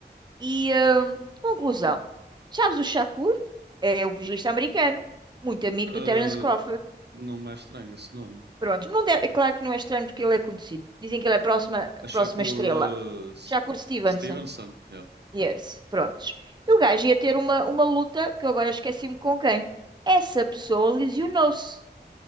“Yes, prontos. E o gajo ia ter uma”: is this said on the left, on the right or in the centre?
Right